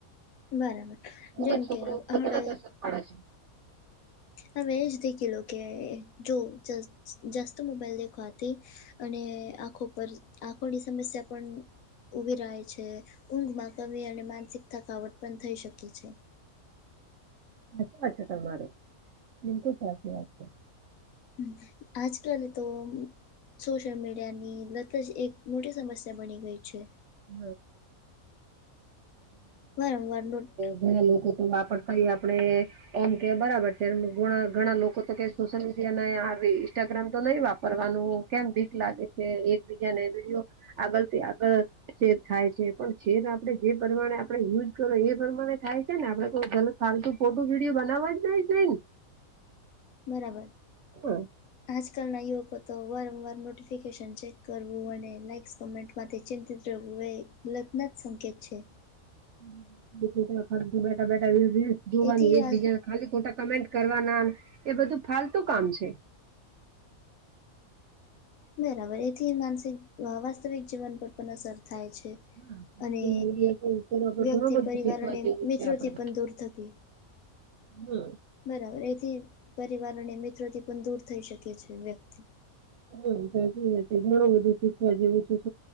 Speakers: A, on the left; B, on the right.
A: બરાબર
B: ભલે
A: જેમ
B: છોકરો
A: કે
B: <unintelligible>
A: હડે
B: અડે છે.
A: હમે જ દેખેલો કે જો જ જસ્ત મોબાઈલ દેખવાથી અને આંખો પર આંખોની સમસ્યા પણ ઊમીરાય છે ઊંઘમાં કમી અને માનસિક થકાવટ પન થઈ શકે છે.
B: સાચી વાત છે તમારે બિલકુલ સાચી વાત છે.
A: હમ્મ આજકાલ તો સોશિયલ મીડિયાની લત જ એક મોટી સમસ્યા બણી ગઈ છે.
B: <unintelligible>
A: વારંવાર નોટ
B: ઘણા લોકો તો આપડ કઈ આપડે એમ કેય બરાબર છે ગ ઘણા લોકો તો કે સોશલ મિ ડિયા ને આવી ઇન્સ્ટાગ્રામ તો નઈ વાપરવાનું કેમ બીક લાગે છે એકબીજાને વિડીયો આગળથી આગળ છેદ ખાય છે પણ છેદ આપડે જે પ્રમાણે આપડે યુઝ કરો એ પ્રમાણે થાય છે ને આપડે કોઈ ગલત ફાલતુ ફોટો વિડીયો બનાવવા જ નઈ દેય ને
A: બરાબર.
B: હાં
A: આજકાલના યુવકો તો વારંવાર નોટિફિકેશન ચેક કરવું અને લાઈક્સ કોમેન્ટ માતે ચિંતિત રેહવું એ લતનો જ સંકેત છે.
B: <unintelligible> બેઠા બેઠા રીલ્સ જોવાની
A: એથી
B: એકબીજા
A: વાત
B: ખાલી ખોટા કમેન્ટ કરવાનાને એ બધું ફાલતું કામ છે.
A: બરાબર એથી માનસિક વાસ્તવિક જીવન પર પન અસર થાય છે.
B: હાં.
A: અને
B: તો મીડિયા તો ઉપર આપણે
A: વ્યક્તિ
B: ઘણાં બધું
A: પરિવાર
B: શીખવા
A: અને
B: જેવું
A: મિત્રોથી
B: છે આપડે
A: પણ દૂર થકી
B: હાં
A: બરાબર એથી પરિવાર અને મિત્રોથી પન દૂર થઈ શકે છે વ્યક્તિ
B: <unintelligible> ઘણું બધું શીખવા જેવું છે <unintelligible>